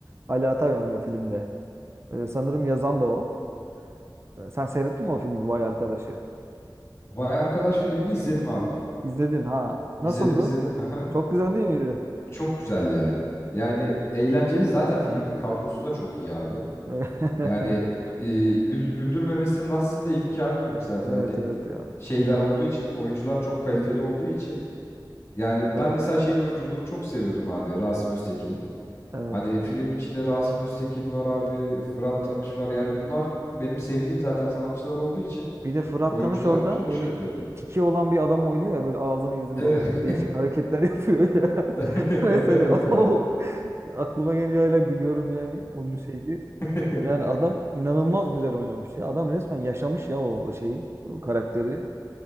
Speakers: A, on the right; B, on the left.
A: Ali Atay oynuyor filmde. Ee, sanırım yazan da o. Ee, sen seyrettin mi o filmi Vay Arkadaş'ı?
B: Vay Arkadaş filmini izledim abi.
A: İzledin ha. Nasıldı?
B: İzledim izledim. <laughs> Hı hı.
A: Çok güzel değil miydi?
B: Çok güzel ya. Yani eğlenceli zaten filmin kadrosu da çok iyi abi.
A: <laughs>
B: Yani e, gül, güldürmemesinin aslında imkanı yok zaten.
A: Evet
B: Hani
A: evet ya.
B: şeyler olduğu için oyuncular çok kaliteli olduğu için. Yani
A: Evet,
B: ben mesela şeyin oyunculuğunu çok seviyordum abi Rasim Öztekin'in.
A: evet.
B: Hani filmin içinde Rasim Öztekin var abi, Fırat Tanış var. Yani bunlar benim sevdiğim zaten sanatçılar olduğu için
A: Bir de Fırat
B: oyuncular
A: Tanış orada
B: çok
A: böyle
B: şey yapıyordu.
A: tiki olan bir adam oynuyor ya böyle ağzını yüzünü
B: Evet.
A: böyle değişik hareketler <laughs> yapıyor ya.
B: <laughs>
A: <laughs> Mesela
B: Evet abi.
A: o aklıma geliyor öyle gülüyorum yani onun şeydi.
B: <laughs>
A: Yani adam inanılmaz güzel oynamış ya. Adam resmen yaşamış ya o şeyi, o karakteri.